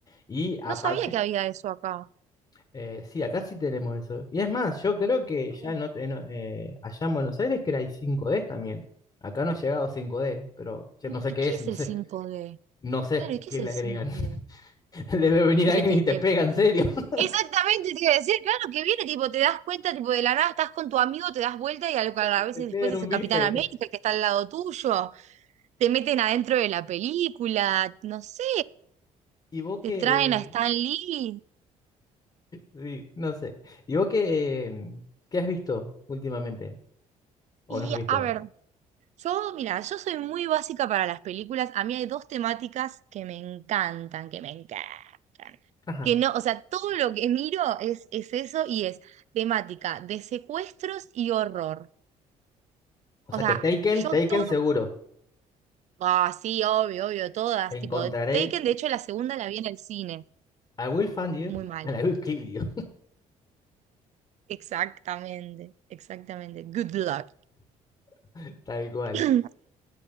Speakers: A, on the left; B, on the right.
A: Y aparte,
B: No sabía que había eso acá.
A: eh, sí, acá sí tenemos eso. Y es más, yo creo que
B: Mira.
A: ya no, te- no, eh, allá en Buenos Aires que era hay cinco d también. Acá no ha llegado cinco d pero yo
B: ¿Y,
A: no sé
B: y
A: qué
B: qué
A: es,
B: es
A: no
B: el
A: sé,
B: cinco d
A: no sé
B: Claro, ¿y qué
A: qué
B: es
A: le
B: el
A: agregan.
B: cinco
A: <laughs>
B: d
A: Debe venir
B: Porque
A: alguien
B: te,
A: y te
B: te...
A: pega, en serio. <laughs>
B: Exactamente, te iba a decir, claro, que viene, tipo, te das cuenta, tipo, de la nada estás con tu amigo, te das vuelta y a, a
A: Y
B: veces
A: Te pegan
B: después es
A: un
B: el
A: bife.
B: Capitán América el que está al lado tuyo. Te meten adentro de la película, no sé.
A: Y vos
B: Te
A: que...
B: traen
A: eh,
B: a Stan Lee.
A: sí, no sé. Y vos que... eh, ¿qué has visto últimamente? ¿O
B: Y
A: no has visto?
B: a ver, yo, mira, yo soy muy básica para las películas. A mí hay dos temáticas que me encantan, que me encantan.
A: Ajá.
B: Que no, o sea, todo lo que miro es, es eso y es temática de secuestros y horror.
A: O
B: O
A: sea
B: sea,
A: que Taken,
B: yo
A: Taken
B: todo.
A: seguro.
B: Ah, sí, obvio, obvio, todas.
A: Te
B: Tipo,
A: encontraré.
B: Taken, de hecho, la segunda la vi en el cine.
A: I will find you
B: Muy mala.
A: and I will kill you.
B: Exactamente, exactamente. Good luck.
A: <laughs> Tal cual.
B: <clears throat>